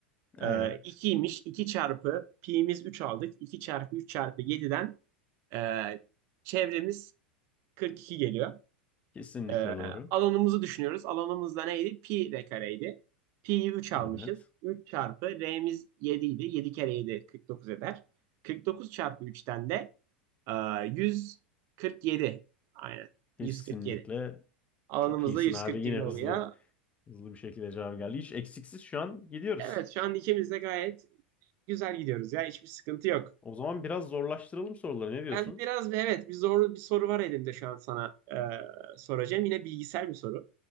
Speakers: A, on the left; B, on the right.
A: Aynen.
B: Ee, 2'ymiş. 2 çarpı pi'miz 3 aldık. iki çarpı 3 çarpı yediden e, çevremiz 42 geliyor.
A: Kesinlikle
B: Ee,
A: doğru.
B: alanımızı düşünüyoruz. Alanımız da neydi? Pi r kareydi. Pi'yi 3 almışız.
A: Evet.
B: üç çarpı r'miz 7 idi. 7 kere 7 49 eder. kırk dokuz çarpı üçten de e, yüz kırk yedi, Aynen.
A: Kesinlikle
B: yüz kırk yedi. Alanımız
A: çok iyisin
B: da yüz
A: abi.
B: kırk
A: Yine
B: yedi
A: hızlı
B: oluyor.
A: Hızlı bir şekilde cevap geldi. Hiç eksiksiz şu an gidiyoruz.
B: Evet şu an ikimiz de gayet güzel gidiyoruz ya. Hiçbir sıkıntı yok.
A: O zaman biraz zorlaştıralım soruları. Ne diyorsun?
B: Ben biraz evet bir zorlu bir soru var elimde şu an sana e, soracağım. Yine bilgisayar bir soru.